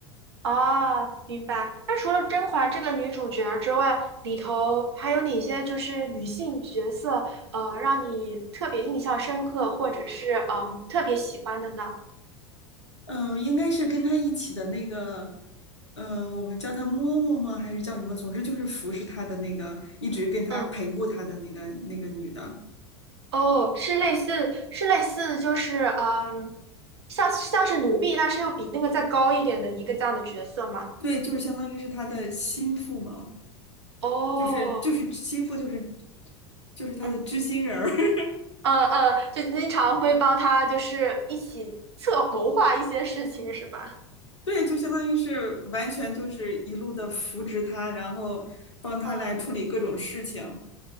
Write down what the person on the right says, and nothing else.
哦，明白。那除了甄嬛这个女主角儿之外，里头还有哪些就是女性角色，呃，让你特别印象深刻，或者是嗯、呃特别喜欢的呢？
嗯，哦，是类似是类似就是嗯，像像是奴婢，但是又比那个再高一点的一个这样的角色嘛。
嗯，哦，
嗯，
呃呃，就经常会帮他就是一起策谋划一些事情，是吧？
嗯。